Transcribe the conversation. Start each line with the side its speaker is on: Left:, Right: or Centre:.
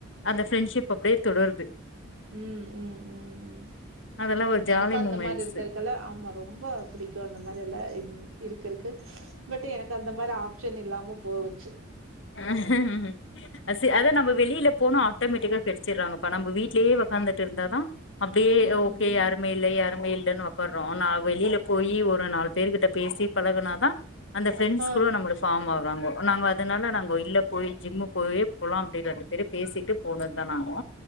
Left: அந்த ஃப்ரெண்ட்ஷிப் அப்டியே தொடருது
Right: உம் உம் உம் உம்
Left: அதெல்லா ஒரு
Right: எனக்கு
Left: ஜாலி
Right: அந்த
Left: மூமெண்ட்ஸு
Right: மாரி இருக்க இருக்கு ஆமா ரொம்ப புடிக்கு அந்த மாரி எல்லா இருக்கற்க்கு பட் எனக்கு அந்த மாரிலா ஆ ப்ஷன் இல்லாம போச்சு
Left: அ ஹ அ ச அதா நம்ம வெளில போனா ஆட்டோமேட்டிக்கா கெடிச்சிறாங்கப்பா நம்ம வீட்லயே ஒக்காந்துட்டு இருந்தா தா அப்டியே
Right: ம்
Left: ஓகே
Right: ம் ம்
Left: யாருமே இல்ல யாருமே இல்லைன்னு உக்காறோ நா வெளில போயி ஒரு நாலு பேர் கிட்ட பேசி பழகுனாதா அந்த பிரெண்ட்ஸ்
Right: ஆ
Left: கூட நம்ளுக்கு ஃபார்ம் ஆவாங்கோ நாங்க அதனால அங்க இல்ல போயி ஜிம்மு போயே போலா அப்டின்னு ரெண்டு பேரு பேசிட்டு போனதுதானாகு